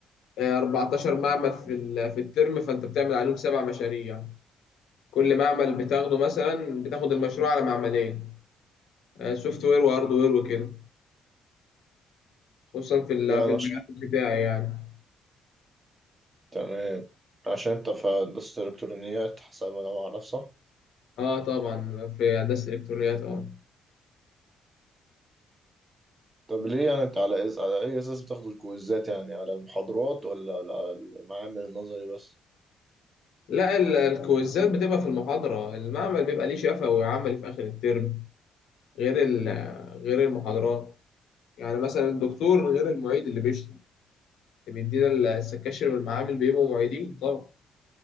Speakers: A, on the left; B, on the right.
A: آه، 14 معمل في ال- في الترم فأنت بتعمل عليهم سبع مشاريع كل معمل بتاخده مثلا بتاخد المشروع على معملين سوفت وير وهارد وير وكده خصوصا في ال-
B: يعني
A: في المجال
B: مش
A: بتاعي يعني
B: تمام عشان انت في هندسة الإلكترونيات حسب ما انا بعرف صح؟
A: اه طبعا في هندسه الالكترونيات اه
B: طب ليه يعني انت على إس... على اي اساس بتاخدوا الكويزات يعني على المحاضرات ولا على المعامل النظري بس
A: لا ال- الكويزات بتبقى في المحاضره المعمل بيبقى ليه شفوي وعملي في اخر الترم غير ال- غير المحاضرات يعني مثلا الدكتور غير المعيد اللي بيشرح اللي بيدينا ال- السكاشن والمعامل بيبقوا معيدين طبعا